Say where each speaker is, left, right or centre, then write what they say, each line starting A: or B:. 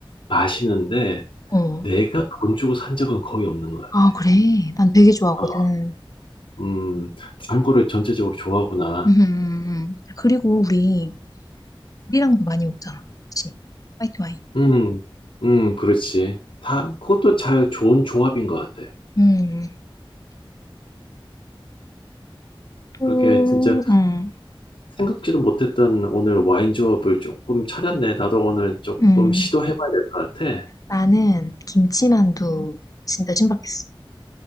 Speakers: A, on the left (about 80°); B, on the left (about 40°).
A: 마시는데,
B: 어.
A: 내가 돈 주고 산 적은 거의 없는 것 같아.
B: 아, 그래. 난 되게 좋아하거든.
A: 아, 음, 단 거를 전체적으로 좋아하구나.
B: 음, 음, 음. 그리고 우리 우리랑도 많이 먹잖아. 그치? 화이트 와인.
A: 음, 음, 그렇지. 다, 그것도 잘 좋은 조합인 것 같아.
B: 음, 또,
A: 그렇게 진짜
B: 음,
A: 생각지도 못했던 오늘 와인 조합을 조금 찾았네. 나도 오늘 조금
B: 음.
A: 시도해봐야 될 것 같아.
B: 나는 김치만두 진짜 신박했어.